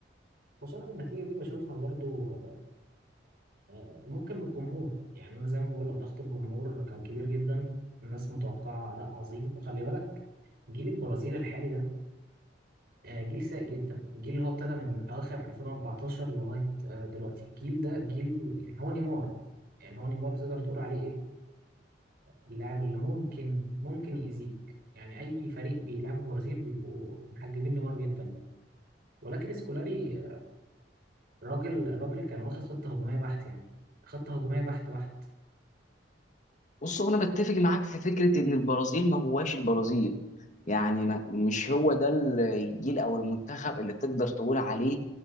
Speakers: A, on the right; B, on the left.
A: وصلنا بالنتيجه دي بشوفها برضو آه، ممكن من الجمهور يعني انا زي ما بقول لك ضغط الجمهور كان كبير جدا الناس متوقعه اداء عظيم وخلي بالك جيل البرازيل الحالي ده آه، جيل سيء جدا الجيل اللي هو ابتدى من اواخر 2014 لغايه آه، دلوقتي الجيل ده جيل يعني هو نيمار يعني هو نيمار تقدر تقول عليه إيه، اللاعب اللي ممكن ممكن يأذيك يعني أي فريق بيلعب البرازيل بيبقوا محجبين نيمار جدا يعني ولكن سكولاري راجل راجل كان واخد خطة هجومية بحت يعني خطة هجومية بحت بحت
B: بص هو انا بتفق معاك في فكره ان البرازيل ما هواش البرازيل يعني ما مش هو ده الجيل او المنتخب اللي تقدر تقول عليه